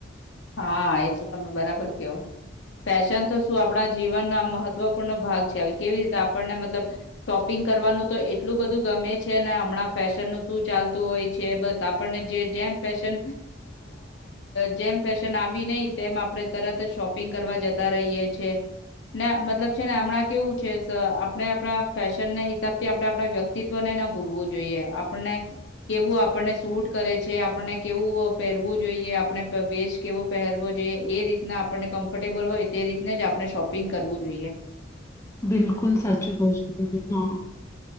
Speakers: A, on the left; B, on the left.
A: હા એ તો તમે બરાબર કેવ, ફેશન તો શું આપણા જીવનનો આ મહત્વપૂર્ણો ભાગ છે, આવી કેવી રીતે આપણને મતલબ સોપિંગ કરવાનું તો એટલું બધું ગમે છે ને હમણાં ફેશનનું સુ ચાલતું હોય છે, બસ આપણને જે જેમ ફેશન <unintelligible> જેમ ફેશન આવી નહી તેમ આપણે તરત જ શોપિંગ કરવા જતા રહીએ છે. ને મતલબ છે ને હમણાં કેવું છે સ આપણે આપણા ફેશન હિસાબથી આપણે આપણા વ્યક્તિત્વને ના ભૂલવું જોઈએ, આપણને કેવુ, આપણને સૂટ કરે છે, આપણને કેવું પહેરવું જોઈએ, આપણે વેશ કેવો પહેરવો જોઈએ, એ રીતના આપણને કમ્ફર્ટેબલ હોય, તે રીતને જ આપણે શોપિંગ કરવું જોઈએ.
B: બિલકુલ સાચી બહુ <unintelligible>